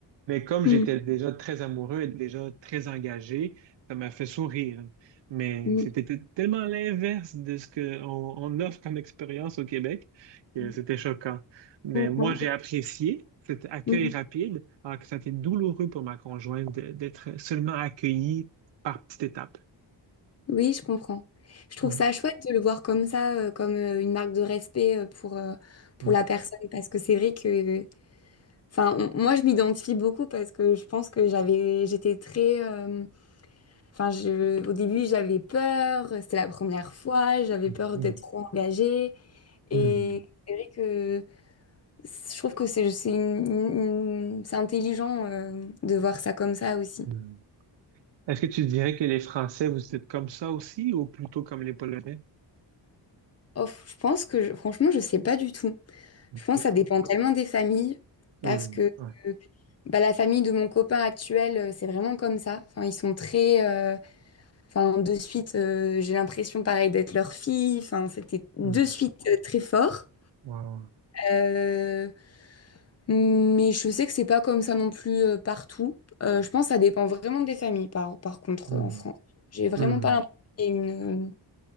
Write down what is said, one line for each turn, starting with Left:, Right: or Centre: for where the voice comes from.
Right: Mais comme
Left: Mm.
Right: j'étais déjà très amoureux et déjà très engagé, ça m'a fait sourire. Mais
Left: Mm.
Right: c'était t- tellement l'inverse de ce qu'on on on offre comme expérience au Québec que
Left: Mm.
Right: c'était choquant. Mais
Left: Je comprends.
Right: moi, j'ai apprécié cet accueil
Left: Mm.
Right: rapide, alors que ça a été douloureux pour ma conjointe de- d'être seulement accueillie par petite étape.
Left: Oui, je comprends. Je trouve
Right: Ouais.
Left: ça chouette de le voir comme ça, euh, comme euh, une marque de respect euh, pour, euh, pour
Right: Mm.
Left: la personne, parce que c'est vrai que Enfin, on- moi, je m'identifie beaucoup parce que je pense que j'avais, j'étais très, euh, enfin, je, au début, j'avais peur. C'était la première fois. J'avais
Right: Mhm.
Left: peur d'être trop engagée.
Right: Mm.
Left: Et c'est vrai que je trouve que c'est, c'est une- une- une- c'est intelligent, euh, de voir ça comme ça aussi.
Right: Mm. Est-ce que tu dirais que les Français, vous êtes comme ça aussi, ou plutôt comme les Polonais?
Left: Oh, je pense que, je- franchement, je sais pas du tout.
Right: Ok.
Left: Je pense que ça dépend tellement des familles
Right: Mm.
Left: parce que,
Right: Ouais.
Left: euh, bah, la famille de mon copain actuel, euh, c'est vraiment comme ça. Enfin, ils sont très, euh, Enfin, de suite, euh, j'ai l'impression pareil d'être leur fille. Enfin, c'était de
Right: Mm.
Left: suite euh, très fort.
Right: Wow.
Left: Euh, mais je sais que c'est pas comme ça non plus euh, partout. Euh, je pense que ça dépend vraiment des familles, par, par contre,
Right: Hmm,
Left: euh, en France. J'ai vraiment
Right: hmm,
Left: pas l'impression qu'il y ait une...